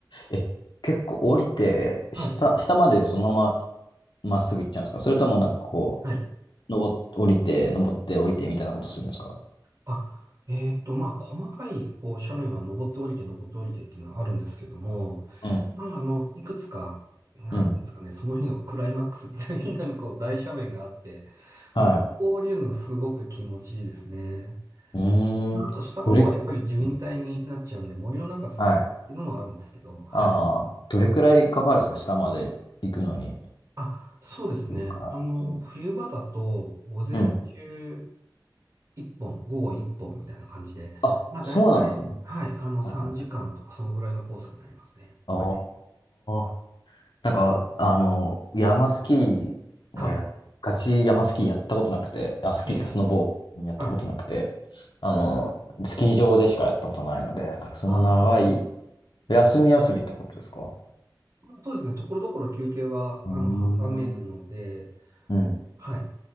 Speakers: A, on the left (about 75°); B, on the right (about 40°).
A: え。え、結構降りて、下、
B: はい。
A: 下までそのまままっすぐ行っちゃうんですかそれともなんかこう、
B: はい。
A: 登っ、降りて、登って降りてみたいなことするんですか
B: あ、えっと、まあ、細かい、こう、斜面は登って降りて、登って降りてっていうのはあるんですけども、
A: うん。
B: まあ、あの、いくつか、なんていうんですかね、
A: うん。
B: その日のクライマックスみたいになる、こう、大斜面があって、
A: は
B: まあ、そこを降りるのがすごく気持ちいいですね。
A: い。うーん。
B: まあと、下の方はやっぱり樹林帯になっちゃうんで、
A: どれ、うん
B: 森の中滑るっていうのもあるんですけど、
A: はい。
B: はい。
A: ああ、どれくらいかかるんですか下まで行くのに。
B: あ、そうですね。
A: それからうん。
B: あの、冬場だと、午前中
A: うん。
B: 一本、午後一本みたいな感じで、
A: あ、
B: まあ大体、
A: そうなんですね。
B: はい、あの3時間とかそのぐらいのコースになりますね。
A: はいはいはい。あ
B: はい。
A: あ。なんか、あの、山スキーはや、
B: はい。
A: ガチ山スキーやったことなくて、あ、スキーっていうかスノボーやったことなくて、
B: ええ、はい。
A: あの、スキー場でしかやったことないので、なんかそんな長い、
B: あ
A: 休み休みってことですか
B: あ、そうですね。ところどころ休憩は、
A: うーん。
B: あの、挟めるので、
A: うん。
B: はい。